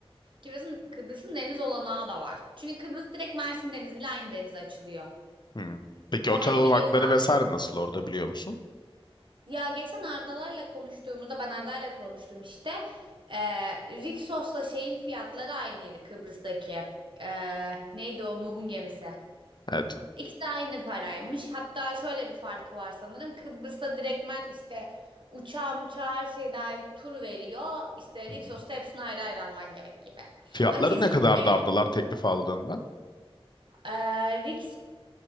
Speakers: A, on the right; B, on the left.
A: Kıbrıs'ın Kıbrıs'ın deniz olanağı da var. Çünkü Kıbrıs direkt Mersin Denizi ile aynı denize açılıyor.
B: Hı. Peki
A: Ve
B: otel
A: hani
B: olanakları
A: biliyorsun Ant-
B: vesaire nasıl orada biliyor musun?
A: Ya geçen Ardalar'la konuştuğumuzda ben Arda'yla konuştum işte. Ee, Rixos'la şeyin fiyatları aynıydı Kıbrıs'taki. Ee, neydi o Nuh'un gemisi.
B: Evet.
A: İkisi de aynı paraymış. Hatta şöyle bir farkı var sanırım. Kıbrıs'ta direktmen işte uçağı uçağı her şey dahil tur veriyor. İşte Rixos'ta
B: Hı hı.
A: hepsini ayrı ayrı alman gerek gibi.
B: Fiyatları
A: Aa, kesinlikle
B: ne kadar dardılar teklif aldığında?
A: ee, Rick